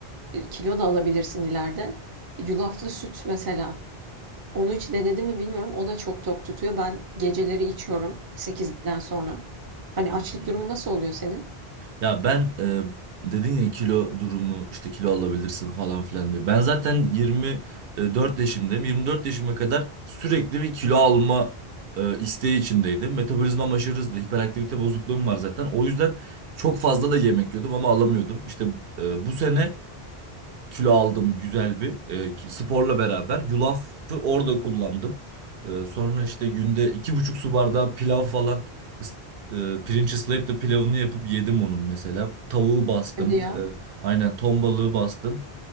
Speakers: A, on the right; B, on the right.
A: E, Kilo da alabilirsin ileride. Yulaflı süt mesela. Onu hiç denedim mi bilmiyorum. O da çok tok tutuyor. Ben geceleri içiyorum sekizden sonra. Hani
B: Hı
A: açlık
B: hı.
A: durumu nasıl oluyor senin?
B: Ya ben e, dedin ya kilo durumu işte kilo alabilirsin falan filan diye. Ben zaten 24 yaşındayım. 24 yaşıma kadar sürekli bir kilo alma e, isteği içindeydim. Metabolizmam aşırı hızlı. Hiperaktivite bozukluğum var zaten. O yüzden çok fazla da yemek yiyordum ama alamıyordum. İşte e, bu sene kilo aldım güzel bir e, ki- sporla beraber. Yulafı orada kullandım. E, sonra işte günde iki buçuk su bardağı pilav falan ıs- e, pirinç ıslayıp da pilavını yapıp yedim onun mesela. Tavuğu bastım.
A: Hadi ya.
B: E, aynen ton balığı bastım.